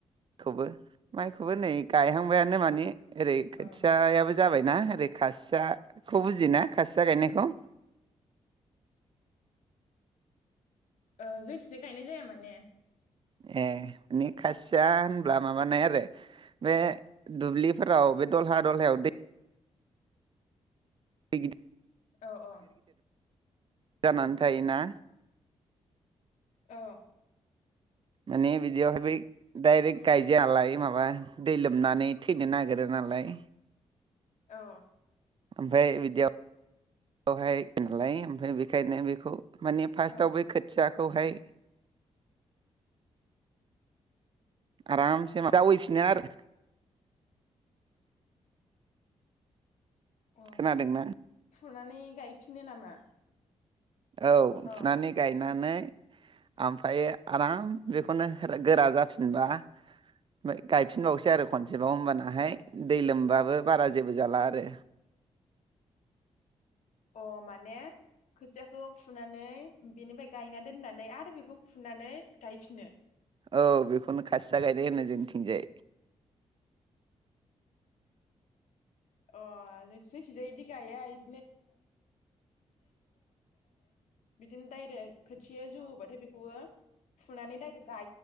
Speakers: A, on the right; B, on the left.
A: खौबो माइखौबो नै गायहांबायानो माने ओरै खोथिया
B: अ
A: याबो जाबाय ना ओरै खासियाखौ बुजियो ना खासिया गायनायखौ
B: ओ ओ जोंथि गायनाय जाया मान ने।
A: ए निखासिया होनब्ला माबानाय आरो बे दुब्लिफोराव बे दलहा दलहायाव दै। दै गिदि।
B: औ औ।
A: जानानै थायोना
B: औ।
A: माने बिदियावहाय बै दायरेक गायजायालाय माबा दै लोंनानै थैनो नागिरो नालाय
B: औ।
A: ओमफ्राय बिदियाव। बेवहाय नालाय ओमफ्राय बेखायनो बेखौ। माने फास्टाआव
B: औ
A: बै खोथियाखौहाय। आरामसे मा जावोयै फिनो आरो
B: अ
A: खोनादोंना
B: फुनानै गायफिनो नामा?
A: औ फुनानै
B: अ
A: गायनानै आमफ्राय आराम बेखौनो गोरा जाफिनबा मा गायफिनबावसै आरो खनसे। जेबाव ओमबानाहाय
B: अ
A: दै लोमबा बो बारा जेबो जाला आरो।
B: अ माने खोथिया। खौ फुनानै बेनिफ्राय गायना दोननानै आरो बेखौ फुनानै गायफिनो।
A: औ बेखौनो खासिया गायनाय होनो जोंनिथिंजाय।
B: अ जों जोंनि थिंजाय इदि गाया इद। बिदिनो इसिबां। खोथिया जौवो बाथाय बेखौबो। फुनानै दाइरेक।